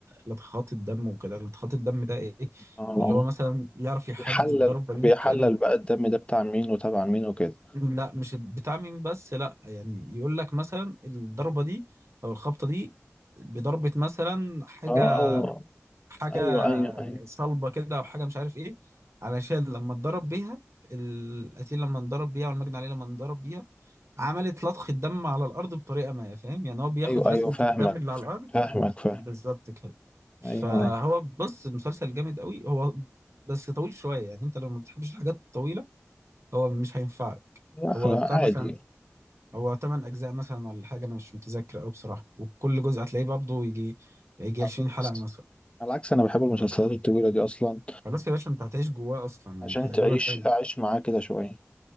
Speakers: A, on the right; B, on the left.
A: لطخات الدم وكده لطخات الدم ده ايه
B: اه آه.
A: اللي هو مثلا يعرف يحدد
B: بيحلل
A: الضربه دي
B: بيحلل
A: كانت
B: بقى الدم ده بتاع مين وتبع مين وكده
A: لا مش بتاع مين بس لا يعني يقول لك مثلا الضربه دي او الخبطه دي بضربه مثلا حاجه
B: اه آه.
A: حاجه
B: ايوه ايوه ايوه
A: صلبه كده او حاجه مش عارف ايه علشان لما اتضرب بيها القتيل لما انضرب بيها والمجني عليه لما انضرب بيها عملت لطخ الدم على الارض بطريقه ما فاهم يعني هو بياخد
B: ايوه
A: رسمه
B: ايوه فاهمك
A: الدم اللي على الارض
B: فاهمك فاهم
A: بالظبط كده فهو
B: ايوه ايوه
A: بص المسلسل جامد قوي هو بس طويل شوية يعني انت لو ما بتحبش الحاجات الطويلة هو مش هينفعك
B: لا
A: هو
B: لا
A: بتاع
B: عادي
A: مثلا هو تمن أجزاء مثلا ولا حاجة أنا مش متذكر أوي بصراحة وكل جزء هتلاقيه برضه يجي يجي
B: على
A: 20
B: العكس
A: حلقة مثلا
B: على العكس انا بحب المسلسلات الطويلة دي اصلا
A: خلاص يا باشا أنت هتعيش جواه أصلا يعني
B: عشان
A: هيعجبك
B: تعيش
A: أوي
B: اعيش معاه كده شوية